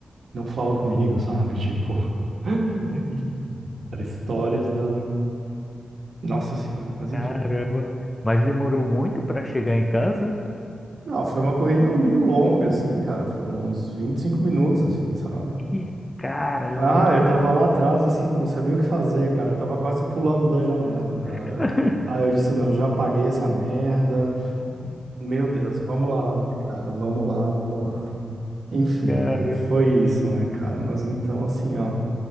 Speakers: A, on the right; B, on the left.
A: não fala comigo, sabe? Tipo. <laughs> Cara, histórias da. Nossa Senhora, mas
B: caramba.
A: enfim.
B: Mas demorou muito para chegar em casa?
A: Não, foi uma corrida meio longa, assim, cara. Foram uns 25 minutos, assim, sabe?
B: Ih, caramba.
A: Ah, eu tava lá atrás, assim, eu não sabia o que fazer, cara. Eu tava quase pulando da janela, cara.
B: <laughs>
A: Aí eu disse, não, já paguei essa merda. Meu Deus, vamos lá, né, cara? Vamos lá, vamos lá. Enfim,
B: Caramba.
A: vai. foi isso, né, cara? Mas então, assim, ó,